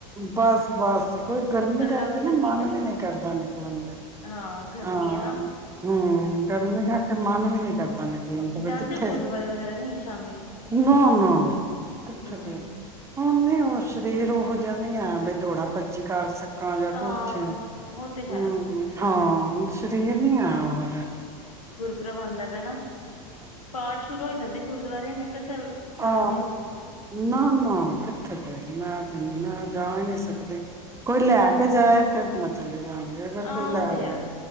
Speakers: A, on the right; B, on the left.
A: ਬਸ ਬਸ ਕੋਈ ਗਰਮੀ
B: ਇਕੱਲਾ
A: ਕਰਕੇ
B: ਬੰਦਾ
A: ਨਾ
B: ਕੀ
A: ਮਨ
B: ਕਰੇ
A: ਵੀ ਨਹੀਂ ਕਰਦਾ ਨਿਕਲਣ ਦਾ
B: ਹਾਂ ਗਰਮੀ
A: ਹਾਂ
B: ਹੈ ਨਾ
A: ਹਮ ਗਰਮੀ ਕਰਕੇ ਮਨ ਵੀ ਨੀ ਕਰਦਾ ਕਿੱਥੇ
B: ਜਾਂਦੇ ਹੋ ਗੁਰਦੁਆਰੇ ਵਗੈਰਾ ਨਹੀਂ ਸ਼ਾਮੀ।
A: ਨਾ ਨਾ ਕਿੱਥੇ
B: ਹੂੰ,
A: ਕੋ ਹੁਣ ਨ ਹਣ ਰੇਰੋ ਹੋ ਜਾਂਦੀ ਆ ਬ ਦੋੜਾ ਭੱਜੀ ਕਰ ਸਕ ਕਜ ਆ
B: ਹਾਂ
A: ਕਰਚ
B: ਉਹ ਤੇ ਹੈ
A: ਹਮ ਹਾਂ ਸਰੀਰ ਨੀ ਆਇਆ ਉਹਹਾ
B: ਪ੍ਰਬ ਆਦਾ ਪਿਆ ਨਾ ਪਾਠ ਸ਼ੁਰੂ ਹੋ ਜਾਂਦੇ ਗੁਰਦੁਆਰੇ ਮੈਂ ਕਿਹਾ ਚੱਲ ਜਾਂਦੇ
A: ਆ
B: ਹੋਵੋਗੇ ਤੁਸੀਂ।
A: ਨਾ ਨਾ ਕਿੱਥੇ ਕੋਈ ਮੈਂ ਤੇ ਨ ਮੈਂ ਜਾ ਹੀ ਨਹੀਂ ਸਕਦੇ ਕੋਈ ਲੈ
B: ਹੂੰ।
A: ਕੇ ਜਾਏ ਫੇਰ ਮੈਂ ਚਲੇ ਜਾ ਅਗਰ
B: ਹਾਂ
A: ਕੋਈ ਲੈ
B: ਉਹ ਤੇ ਹੈ
A: ਜਾਣ